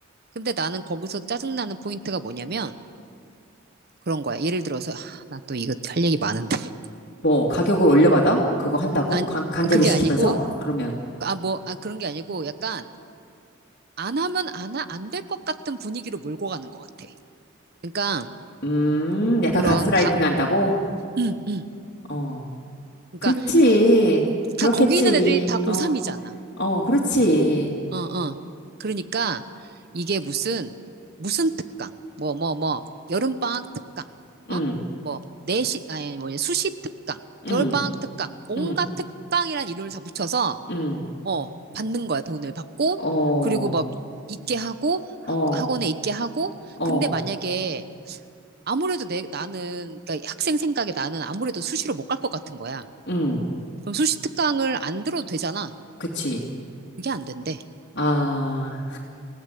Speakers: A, on the right; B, on the left.
A: 근데 나는 거기서 짜증나는 포인트가 뭐냐면, 그런 거야. 예를 들어서, 아, 나또 이거 할 얘기 많은데. <laughs>
B: 뭐 가격을 올려받아? 그거 한다고?
A: 아
B: 강, 강제로
A: 그게
B: 시키면서?
A: 아니고,
B: 그러면
A: 아, 뭐, 아, 그런 게 아니고, 약간, 안 하면 안, 안 될 것 같은 분위기로 몰고 가는 것 같아. 그러니까,
B: 음, 약간
A: 그런
B: 가스라이팅
A: 가,
B: 한다고?
A: <clears throat>
B: 어.
A: 그러니까
B: 그렇지. 그렇겠지.
A: 다 거기 있는 애들이 다 고3이잖아.
B: 어. 어, 그렇지.
A: 어, 어. 그러니까 이게 무슨 무슨 특강? 뭐 뭐 뭐 여름방학 특강. 어?
B: 응.
A: 뭐 내시 아니 뭐냐 수시 특강,
B: 응.
A: 겨울방학 특강. 온갖
B: 응.
A: 특강이란 이름을 다 붙여서
B: 응.
A: 어, 받는 거야. 돈을 받고
B: 어.
A: 그리고 막 있게 하고
B: 어.
A: 학원에 있게 하고
B: 어.
A: 근데 만약에 아무래도 내 나는 그러니까 학생 생각에 나는 아무래도 수시로 못 갈 것 같은 거야.
B: 응.
A: 그럼 수시 특강을 안 들어도 되잖아.
B: 그치.
A: 그게 안 된대.
B: 아,